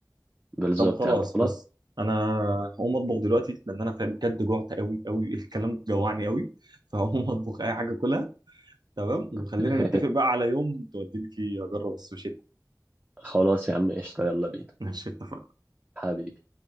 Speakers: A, on the right; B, on the right.
A: بالظبط
B: طب خلاص
A: يعني خلاص
B: بص انا هقوم اطبخ دلوقتي لان انا فاهم بجد جوعت قوي قوي <laughs> الكلام جوعني قوي <laughs> فهقوم اطبخ اي حاجه كلها تمام وخلينا
A: <laughs>
B: نتفق بقى على يوم توديني فيه اجرب السوشي
A: خلاص يا عم قشطة يلا بينا
B: <laughs> ماشي اتفقنا
A: حبيبي